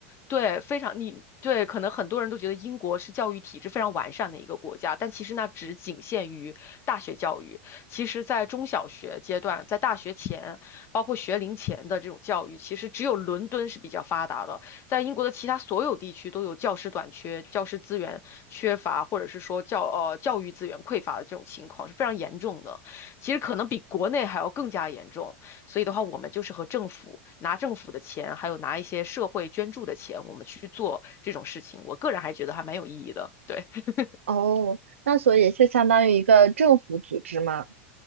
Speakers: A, on the left; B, on the right.
A: 对，非常你对，可能很多人都觉得英国是教育体制非常完善的一个国家，但其实那只仅限于大学教育。其实，在中小学阶段，在大学前，包括学龄前的这种教育，其实只有伦敦是比较发达的。在英国的其他所有地区都有教师短缺、教师资源缺乏，或者是说教呃教育资源匮乏的这种情况是非常严重的，其实可能比国内还要更加严重。所以的话，我们就是和政府拿政府的钱，还有拿一些社会捐助的钱，我们去做这种事情，我个人还觉得还蛮有意义的。对，<laughs>
B: 哦，那所以是相当于一个政府组织吗？